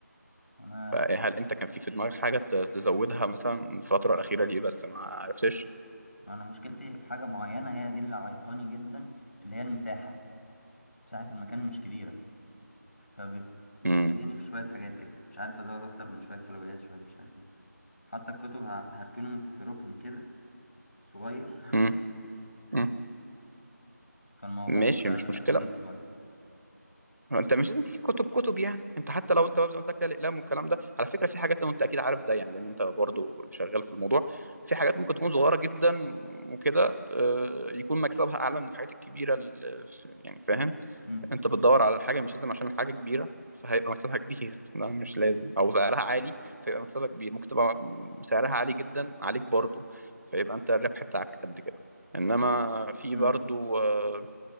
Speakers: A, on the left (about 50°); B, on the right (about 60°).
A: انا
B: فهل انت كان في في دماغك حاجة ت- تزودها مثلا الفترة الأخيرة دي بس ما عرفتش
A: انا مشكلتي في حاجه معينه هي دي اللي عيقاني جدا اللي هي المساحه مساحه المكان مش كبيره فبت بتضايقني
B: امم
A: في شويه حاجات كده مش عارف ازود اكتر من شويه حلويات شويه مش عارف ايه حتى الكتب ه- هركنهم في ركن كده صغير
B: امم امم
A: فالموضوع
B: ماشي
A: هيبقى
B: مش مشكلة
A: غريب شويه
B: انت مش لازم تجيب كتب كتب يعني انت حتى لو انت زي ما قلت لك كده الأقلام والكلام ده على فكرة في حاجات وانت أكيد عارف ده يعني لأن انت برضو شغال في الموضوع في حاجات ممكن تكون صغيرة جدا وكده آه، يكون مكسبها أعلى من الحاجات الكبيرة اللي في- يعني فاهم
A: مم.
B: انت بتدور على الحاجة مش لازم عشان الحاجة كبيرة فهيبقى مكسبها كبير <laughs> ده مش لازم او سعرها عالي فيبقى مكسبها كبير ممكن تبقى سعرها عالي جدا عليك برضو فيبقى انت الربح بتاعك قد كده انما في
A: مم.
B: برضو آه،